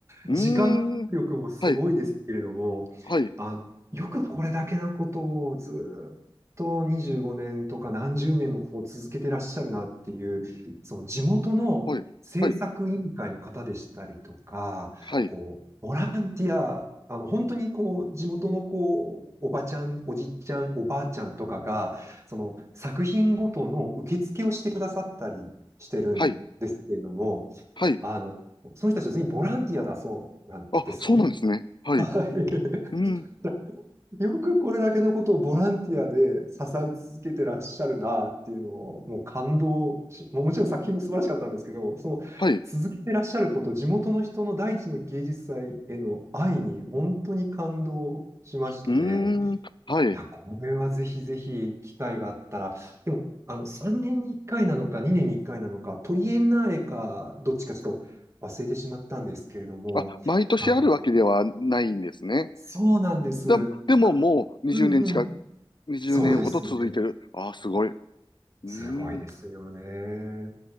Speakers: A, on the left (about 55°); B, on the right (about 30°).
A: うーん、
B: 時間力もすごいですけれども、
A: はい、はい、
B: あ、よくこれだけのことをずーっと25年とか何十年もこう続けてらっしゃるなっていう、その地元の政策委員会の方でしたりとか、
A: はい、はい、はい、
B: こう、ボランティア、あの、本当にこう、地元のこう、おばちゃん、おじちゃん、おばあちゃんとかが、その作品ごとの受付をしてくださったりしてるんですけれども、
A: はい、はい。
B: あの、その人たちは全員ボランティアだそうなんですね。
A: あ、そうなんですね。はい。
B: は
A: うん、
B: い。だからよくこれだけのことをボランティアで支え続けてらっしゃるなっていうのを、もう感動し、もうもちろん作品も素晴らしかったんですけど、その続けてらっしゃること、
A: はい。
B: 地元の人の第一の芸術祭への愛に本当に感動しまして、
A: うーん、はい。
B: いや、これはぜひぜひ機会があったら、でも、あの、3年に1回なのか、2年に1回なのか、トリエンナーレか、どっちかちょっと忘れてしまったんですけれども、
A: あ、毎年あるわけではないんですね。
B: あの、そうなんです。
A: だ、でももう20年近く、
B: あうんうん。
A: 20年ほど続いてる。
B: そうですね。
A: ああ、すごい。う
B: すごいですよね。
A: ーん。